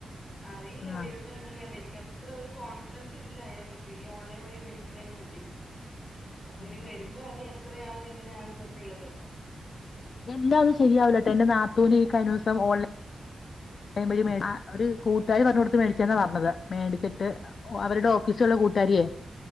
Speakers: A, on the left; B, on the left.
A: അറിയില്ല
B: ആഹ്
A: വരുമേ നെയ എനിക്കത്ര ഒരു കോൺഫിഡൻസ് ഇല്ല അതിനെ പറ്റി ഈ ഓൺലൈൻ വഴി മേടിക്കുന്നതിനെ പറ്റി അപ്പൊ ഇനി
B: അതെ
A: വരുമ്പോ അറിയാം എത്രയാകും എങ്ങനെയാകും എന്നൊക്കെള്ളത്
B: എല്ലാം ശരിയാവൂലട്ടോ എന്റെനാത്തൂനി കഴിഞ്ഞ ദിവസം ഓ <unintelligible> അ ഒരു കൂട്ടര് പറഞ്ഞു കൊടുത്ത് മേടിച്ചന്നാ പറഞ്ഞത് മേടിച്ചിട്ട് ഓ അവരുടെ
A: ആഹ്
B: ഓഫീസുള്ള കൂട്ടാരിയേ